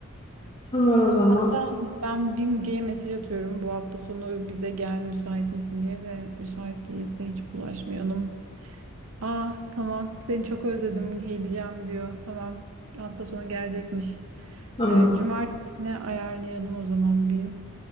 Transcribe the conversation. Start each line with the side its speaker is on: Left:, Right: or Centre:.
Left: Tamam
Right: <laughs>
Left: o zaman.
Right: Hatta ben bir Müge'ye mesaj atıyorum bu hafta sonu bize gel müsait misin diye de müsait değilse hiç bulaşmayalım. Aa tamam seni çok özledim geleceğim diyor. Tamam hafta sonu gelecekmiş.
Left: Tamam.
Right: Ee, cumartesine ayarlayalım o zaman biz.